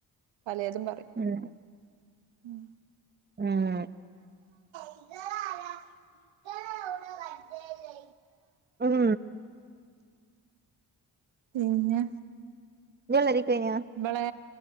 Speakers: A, on the right; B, on the right.
A: പലേതും പറിം
B: ഉം
A: ഉം
B: ഉം
A: ഇങ്ങളാരാ ഇങ്ങളെവിടെ കണ്ടില്ലേ
B: ഉം
A: പിന്നെ
B: ഇജ്ജ് വെള്ളേരിക്കൊയിന്യോ
A: ഇബളെ